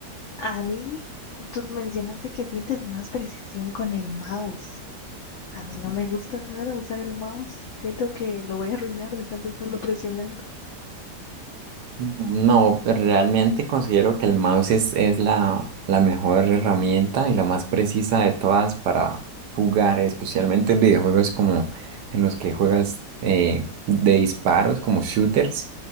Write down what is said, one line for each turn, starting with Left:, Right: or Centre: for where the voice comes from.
Left: A mí, tú mencionaste que sientes más precisión con el mouse. A mí no me gusta nada usar el mouse. Siento que lo voy a arruinar de tanto estarlo presionando.
Right: No, realmente considero que el mouse es, es la, la mejor herramienta y la más precisa de todas para jugar, especialmente en videojuegos como en los que juegas eh, de disparos, como shooters,